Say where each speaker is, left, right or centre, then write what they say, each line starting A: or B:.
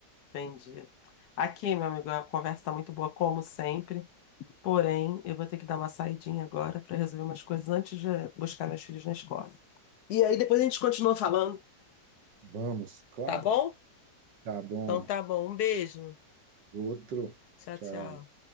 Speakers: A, on the left; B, on the right.
A: entendi. Aqui, meu amigo, a conversa tá muito boa, como sempre. Porém, eu vou ter que dar uma saidinha agora para resolver umas coisas antes de buscar meus filhos na escola. E aí depois a gente continua falando,
B: Vamos, claro.
A: tá bom?
B: Tá bom.
A: Então tá bom. Um beijo.
B: Outro.
A: Tchau,
B: Tchau.
A: tchau.